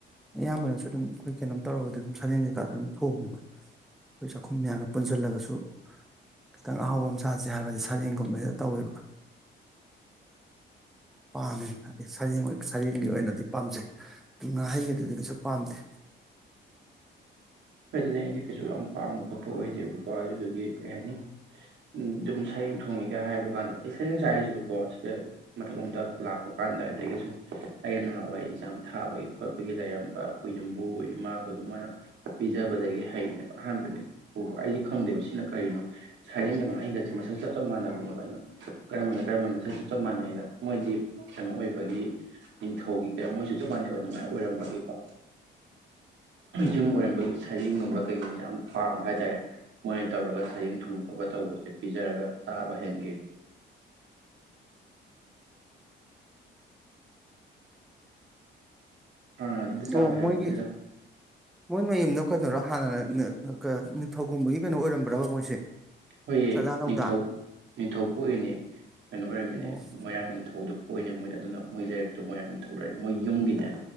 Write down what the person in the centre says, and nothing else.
ꯑꯌꯥꯝꯕꯅꯁꯨ ꯑꯗꯨꯝ ꯑꯩꯈꯣꯏ ꯀꯩꯅꯣꯝ ꯇꯧꯔꯒꯗꯤ ꯑꯗꯨꯝ ꯁꯔꯦꯡ ꯀꯩꯀꯥꯗ ꯑꯗꯨꯝ ꯊꯣꯡꯉꯕ ꯑꯩꯈꯣꯏ ꯆꯥꯛꯈꯨꯝ ꯃꯌꯥꯝꯒ ꯄꯨꯟꯁꯤꯜꯂꯒꯁꯨ ꯈꯤꯇꯪ ꯑꯍꯥꯎꯕ ꯑꯃ ꯁꯥꯁꯦ ꯍꯥꯏꯕꯗꯤ ꯁꯔꯦꯡꯒꯨꯝꯕꯕꯁꯤꯗ ꯇꯧꯋꯦꯕ ꯄꯥꯝꯃꯦ ꯑꯩ ꯁꯔꯦꯡ ꯁꯔꯦꯡꯒꯤ ꯑꯣꯏꯅꯗꯤ ꯄꯥꯝꯖꯩꯨꯡ ꯍꯩꯒꯤꯗꯤꯗꯤ ꯀꯩꯁꯨ ꯄꯥꯝꯗꯦ
ꯑꯣ
ꯃꯣꯏꯒꯤ ꯃꯣꯏ ꯃꯌꯨꯝꯗ ꯀꯩꯅꯔꯣ ꯍꯥꯟꯅ ꯅꯤꯡꯊꯧꯒꯨꯝꯕꯒꯤ ꯀꯩꯅꯣ ꯑꯣꯏꯔꯝꯕ꯭ꯔꯕ ꯃꯣꯏꯁꯦ
ꯆꯥꯗꯥ ꯅꯧꯗꯥ
ꯑꯣ